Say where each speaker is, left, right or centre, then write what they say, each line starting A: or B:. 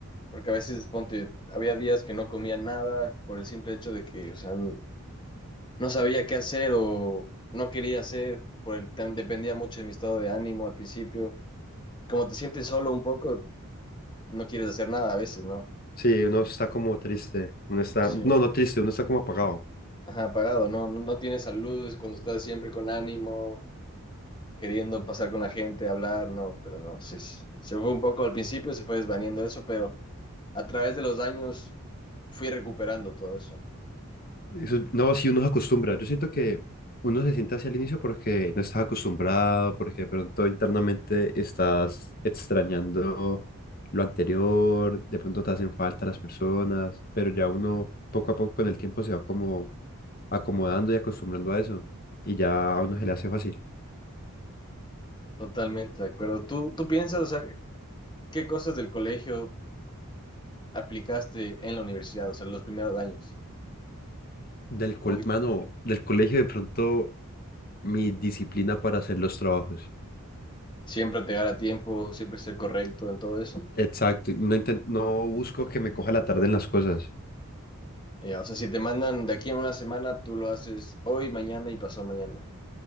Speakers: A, on the left; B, on the left.
A: Porque a veces, ponte, había días que no comía nada por el simple hecho de que, o sea, n- no sabía qué hacer o no quería hacer, por el, tam- dependía mucho de mi estado de ánimo al principio. Como te sientes solo un poco, no quieres hacer nada a veces, ¿no?
B: Sí, uno está como triste, uno está,
A: Sí.
B: no, no triste, uno está como apagado.
A: Ajá, apagado, ¿no? No, no tienes salud, es cuando estás siempre con ánimo. queriendo pasar con la gente, hablar, no, pero no, se, se fue un poco al principio, se fue desvaniendo eso, pero a través de los años fui recuperando todo eso.
B: Eso- no, si uno se acostumbra. Yo siento que uno se siente hacia el inicio porque no estás acostumbrado, porque de pronto internamente estás extrañando lo anterior, de pronto te hacen falta las personas, pero ya uno poco a poco con el tiempo se va como acomodando y acostumbrando a eso. Y ya a uno se le hace fácil.
A: Totalmente de acuerdo. ¿Tú, tú piensas, o sea, qué cosas del colegio aplicaste en la universidad, o sea, los primeros años?
B: Del col-
A: Como
B: mano, del colegio de pronto mi disciplina para hacer los trabajos.
A: siempre llegar a tiempo, siempre ser correcto en todo eso.
B: Exacto, y no inten- no busco que me coja la tarde en las cosas.
A: Ya, o sea, si te mandan de aquí a una semana, tú lo haces hoy, mañana y pasado mañana.